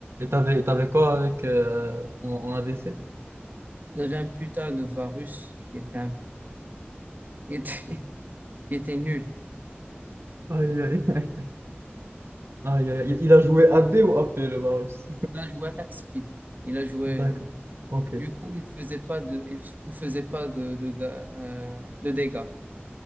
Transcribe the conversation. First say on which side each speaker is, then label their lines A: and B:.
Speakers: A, on the right; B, on the right.
A: t'avais t'avais quoi avec euh, en, en ADC?
B: J'avais un putain de Varus qui était, un- qui était, <laughs> qui était nul.
A: Aïe, aïe, aïe. Aïe, aïe. Il, il a joué AD ou AP le Varus?
B: Il a joué attack speed. Il a joué.
A: <laughs> D'accord. Ok.
B: Du coup, il faisait pas de, il, il faisait pas de, de, de euh, de dégâts.